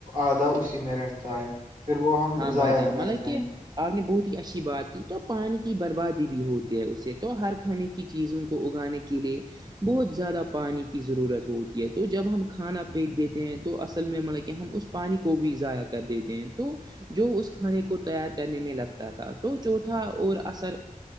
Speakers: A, on the right (about 70°); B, on the right (about 30°).
A: آدھا اسی میں رہتا ہے پھر وہ ہم
B: ہاں بھائی
A: ضائع
B: جان
A: کرتے
B: مطلب کہ
A: ہیں
B: آپ نے بہت ہی اچھی بات کی تو پانی کی بربادی بھی ہوتی ہے اس سے تو ہر کھانے کی کی چیزوں کو اگانے کے لیے بہت زیادہ پانی کی ضرورت ہوتی ہے تو جب ہم کھانا پھینک دیتے ہیں تو اصل میں مطلب کہہ ہم اس پانی کو بھی ضائع کر دیتے ہیں تو جو اس کھانے کو تیار کرنے میں لگتا تھا تو چوتھا اور اثر